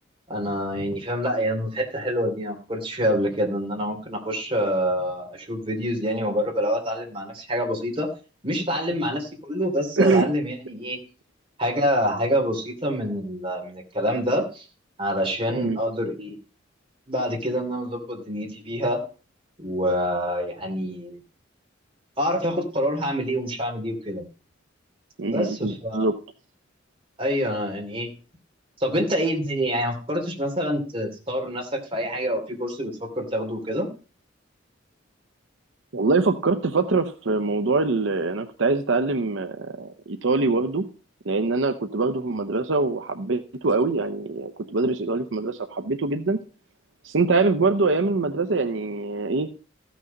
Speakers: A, on the right; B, on the right.
A: انا يعني فاهم لا يعني حته حلوه دي انا ما فكرتش فيها قبل كده ان انا ممكن اخش آه، اشوف فيديوز يعني واجرب الاول اتعلم مع نفسي حاجه بسيطه مش اتعلم مع نفسي كله بس
B: <coughs>
A: اتعلم يعني ايه حاجه حاجه بسيطه من ال... من الكلام ده علشان
B: مم.
A: اقدر ايه بعد كده ان انا اظبط دنيتي فيها ويعني اعرف اخد قرار هعمل ايه ومش هعمل ايه وكده
B: مم.
A: بس ف
B: بالظبط
A: ايوه انا يعني ايه طب انت ايه الدنيا يعني ما فكرتش مثلا ت- تطور من نفسك في اي حاجه او في كورس بتفكر تاخده كده
B: والله فكرت فترة في موضوع ال... أنا كنت عايز أتعلم آه، إيطالي برضه لأن أنا كنت باخده في المدرسة وحبيته قوي يعني كنت بدرس إيطالي في المدرسة وحبيته جدا بس انت عارف برضو ايام المدرسه يعني ايه